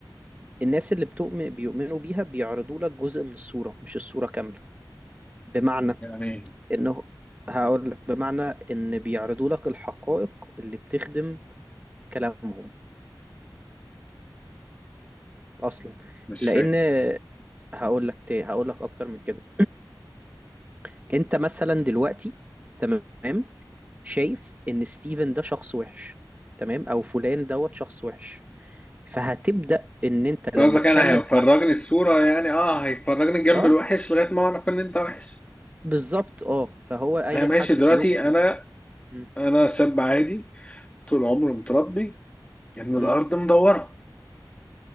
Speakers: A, on the right; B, on the left.
A: الناس اللي بتؤمن بيؤمنوا بيها بيعرضوا لك جزء من الصورة مش الصورة كاملة بمعنى
B: يعني
A: إنه هقول لك بمعنى إن بيعرضوا لك الحقائق اللي بتخدم كلامهم اصلا
B: مش
A: لان
B: فاهم
A: هقول لك ت- هقول لك اكتر من كده <clears throat> انت مثلا دلوقتي تمام شايف ان ستيفن ده شخص وحش تمام او فلان دوت شخص وحش فهتبدأ ان انت لما
B: قصدك
A: تكلم
B: انا هيفرجني
A: حد
B: الصورة يعني اه هيفرجني الجنب
A: اه
B: الوحش لغاية ما اعرف ان انت وحش
A: بالظبط اه فهو اي
B: انا ماشي
A: حد
B: دلوقتي
A: بيؤمن
B: انا
A: م-
B: انا شاب عادي طول عمري متربي ان الارض
A: م.
B: مدورة